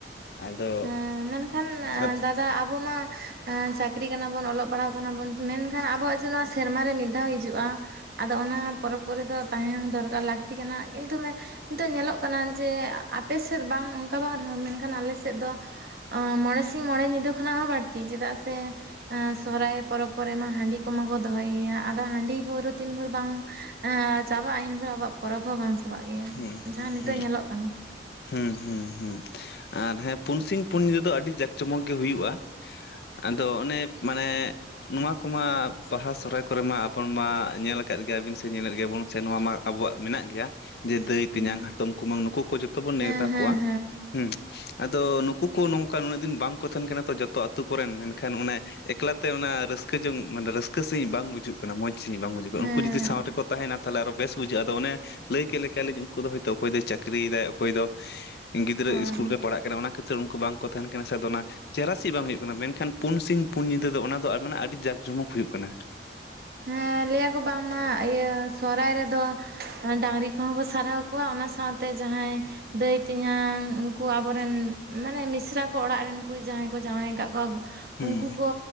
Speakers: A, on the left; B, on the right.
A: ᱟᱫᱚ
B: ᱦᱮᱸ ᱢᱮᱱᱠᱷᱟᱱ
A: ᱟᱨ
B: ᱫᱟᱫᱟ ᱟᱵᱚ ᱢᱟ ᱮᱸ ᱪᱟᱹᱠᱨᱤ ᱠᱟᱱᱟ ᱵᱚᱱ ᱚᱞᱚᱜ ᱯᱟᱲᱦᱟᱣ ᱠᱟᱱᱟ ᱵᱚᱱ ᱢᱮᱱᱠᱷᱟᱱ ᱟᱵᱚᱣᱟᱜ ᱡᱮ ᱱᱚᱣᱟ ᱥᱮᱨᱢᱟ ᱨᱮ ᱢᱤᱫ ᱫᱷᱟᱣ ᱦᱤᱡᱩᱜᱼᱟ ᱟᱫᱚ ᱚᱱᱟ ᱯᱚᱨᱚᱵᱽ ᱠᱚᱨᱮ ᱫᱚ ᱛᱟᱦᱮᱸ ᱦᱚᱸ ᱫᱚᱨᱠᱟᱨ ᱞᱟᱹᱠᱛᱤ ᱠᱟᱱᱟ ᱠᱤᱱᱛᱩ ᱢᱮ ᱱᱤᱛᱚᱜ ᱧᱮᱞᱚᱜ ᱠᱟᱱᱟ ᱡᱮ ᱟᱯᱮ ᱥᱮᱫ ᱵᱟᱝ ᱚᱱᱠᱟ ᱵᱟᱝ ᱨᱮᱦᱚᱸ ᱢᱮᱱᱠᱷᱟᱱ ᱟᱞᱮ ᱥᱮᱫ ᱫᱚ ᱟᱸ ᱢᱚᱬᱮ ᱥᱤᱧ ᱢᱚᱬᱮ ᱧᱤᱫᱟᱹ ᱠᱷᱚᱱᱟᱜ ᱦᱚᱸ ᱵᱟᱲ ᱛᱤ ᱪᱮᱫᱟᱜ ᱥᱮ ᱥᱚᱦᱚᱨᱟᱭ ᱯᱚᱨᱚᱵᱽ ᱠᱚᱨᱮ ᱢᱟ ᱦᱟᱺᱰᱤ ᱠᱚᱢᱟ ᱠᱚ ᱫᱚᱦᱚᱭ ᱜᱮᱭᱟ᱾ ᱟᱫᱚ ᱦᱟᱺᱰᱤ ᱯᱟᱹᱣᱨᱟᱹ ᱛᱤᱱ ᱵᱷᱚᱨ ᱵᱟᱝ ᱮᱸ ᱪᱟᱵᱟᱜᱼᱟ ᱤᱱ ᱵᱷᱚᱨ ᱟᱵᱚᱣᱟᱜ ᱯᱚᱨᱚᱵᱽ ᱦᱚᱸ ᱵᱟᱝ ᱪᱟᱵᱟᱜ ᱜᱮᱭᱟ
A: ᱦᱩᱸ ᱦᱩᱸ
B: ᱡᱟᱦᱟᱸ ᱱᱤᱛᱚᱜ
A: ᱦᱩᱸ
B: ᱧᱮᱞᱚᱜ ᱠᱟᱱᱟ᱾
A: ᱦᱩᱸ ᱦᱩᱸ ᱦᱩᱸ ᱟᱨ ᱦᱮᱸ ᱯᱩᱱᱥᱤᱧ ᱯᱩᱱᱱᱤᱫᱟᱹ ᱫᱚ ᱟᱹᱰᱤ ᱡᱟᱠ ᱡᱚᱢᱚᱠ ᱜᱮ ᱦᱩᱭᱩᱜᱼᱟ᱾ ᱟᱫᱚ ᱚᱱᱮ ᱢᱟᱱᱮ ᱱᱚᱣᱟ ᱠᱚᱢᱟ ᱵᱟᱦᱟ ᱥᱚᱦᱨᱟᱭ ᱠᱚᱨᱮ ᱢᱟ ᱟᱵᱚᱱ ᱢᱟ ᱧᱮᱞ ᱟᱠᱟᱫ ᱜᱮᱭᱟᱵᱤᱱ ᱥᱮ ᱧᱮᱞᱮᱫ ᱜᱮᱭᱟᱵᱚᱱ ᱥᱮ ᱱᱚᱣᱟ ᱢᱟ ᱟᱵᱚᱣᱟᱜ ᱢᱮᱱᱟᱜ ᱜᱮᱭᱟ ᱡᱮ ᱫᱟᱹᱭ, ᱛᱮᱧᱟᱝ,
B: ᱦᱮᱸ
A: ᱦᱟᱛᱚᱢ, ᱠᱩᱢᱟᱹᱝ ᱱᱩᱠᱩ ᱠᱚ ᱡᱚᱛᱚ ᱵᱚᱱ ᱱᱮᱣᱛᱟ
B: ᱦᱮᱸ
A: ᱠᱚᱣᱟ᱾
B: ᱦᱮᱸ
A: ᱦᱮᱸ ᱟᱫᱚ ᱱᱩᱠᱩ ᱠᱚ ᱱᱚᱝᱠᱟ ᱩᱱᱟᱹᱜ ᱫᱤᱱ ᱵᱟᱝᱠᱚ ᱛᱟᱦᱮᱱ ᱠᱟᱱᱟ ᱛᱚ ᱡᱚᱛᱚ ᱟᱛᱳ ᱠᱚᱨᱮᱱ ᱢᱮᱱᱠᱷᱟᱱ ᱚᱱᱮ ᱮᱠᱞᱟᱛᱮ ᱚᱱᱟ ᱨᱟᱹᱥᱠᱟᱹ ᱡᱚᱝ ᱢᱟᱱᱮ ᱨᱟᱹᱥᱠᱟᱹ ᱥᱟᱺᱦᱤᱡ ᱵᱟᱝ ᱵᱩᱡᱷᱩᱜ ᱢᱚᱡᱽᱥᱟᱦᱤᱡ ᱵᱟᱝ ᱵᱩᱡᱷᱟᱹᱣᱼᱟ
B: ᱦᱮᱸ
A: ᱩᱱᱠᱩ ᱡᱩᱫᱤ ᱥᱟᱶ ᱨᱮᱠᱚ ᱛᱟᱦᱮᱱᱟ ᱛᱟᱦᱚᱞᱮ ᱟᱨᱚ ᱵᱮᱥ ᱵᱩᱡᱟᱹᱜᱼᱟ ᱟᱫᱚ ᱚᱱᱮ ᱞᱟᱹᱭ ᱠᱮᱫ ᱞᱮᱠᱟᱭᱞᱤᱧ ᱩᱱᱠᱩ ᱫᱚᱭᱛ ᱚᱠᱚᱭ ᱫᱚᱭ ᱪᱟᱹᱠᱨᱤᱭᱮᱫᱟᱭ ᱚᱠᱚᱭ ᱫᱚ ᱜᱤᱫᱽᱨᱟᱹ
B: ᱦᱮᱸ
A: ᱤᱥᱠᱩᱞ ᱨᱮ ᱯᱟᱲᱦᱟᱜ ᱠᱟᱱᱟ ᱚᱱᱟ ᱠᱷᱟᱹᱛᱤᱨ ᱩᱱᱠᱩ ᱵᱟᱝᱠᱚ ᱛᱟᱦᱮᱱ ᱠᱟᱱᱟ ᱥᱮ ᱟᱫᱚ ᱚᱱᱟ ᱪᱮᱦᱨᱟ ᱥᱟᱦᱤᱜ ᱵᱟᱝ ᱦᱩᱭᱩᱜ ᱠᱟᱱᱟ ᱢᱮᱱᱠᱷᱟᱱ ᱯᱩᱱ ᱥᱤᱧ ᱯᱩᱱ ᱧᱤᱫᱟᱹ ᱫᱚ ᱚᱱᱟ ᱫᱚ ᱢᱟᱱᱮ ᱟᱹᱰᱤ ᱡᱟᱠ ᱡᱚᱢᱚᱠ ᱦᱩᱭᱩᱜ ᱠᱟᱱᱟ᱾
B: ᱦᱮᱸ ᱞᱟᱹᱭᱟᱠᱚ ᱵᱟᱝᱢᱟ ᱤᱭᱟᱹ ᱥᱚᱦᱨᱟᱭ ᱨᱮᱫᱚ ᱰᱟᱝᱨᱤ ᱠᱚᱦᱚᱸ ᱠᱚ ᱥᱟᱨᱦᱟᱣ ᱠᱚᱣᱟ ᱚᱱᱟ ᱥᱟᱶᱛᱮ ᱡᱟᱦᱟᱸᱭ ᱫᱟᱹᱭ, ᱛᱮᱧᱟᱝ ᱩᱱᱠᱩ ᱟᱵᱚᱨᱮᱱ ᱢᱟᱱᱮ ᱢᱤᱥᱨᱟ ᱠᱚ ᱚᱲᱟᱜ ᱨᱮᱱ ᱠᱚ ᱡᱟᱦᱟᱸᱭ ᱠᱚ ᱡᱟᱶᱟᱭ ᱟᱠᱟᱫ ᱠᱚᱣᱟ
A: ᱦᱩᱸ
B: ᱩᱱᱠᱩ ᱠᱚ